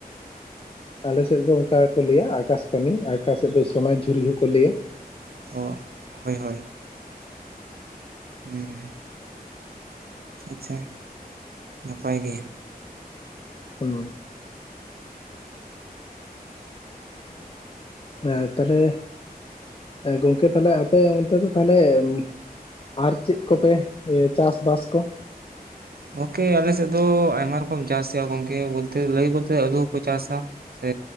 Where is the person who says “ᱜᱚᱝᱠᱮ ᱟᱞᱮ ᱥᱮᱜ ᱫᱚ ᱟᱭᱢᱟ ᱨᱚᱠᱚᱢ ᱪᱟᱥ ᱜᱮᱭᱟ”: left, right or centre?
Right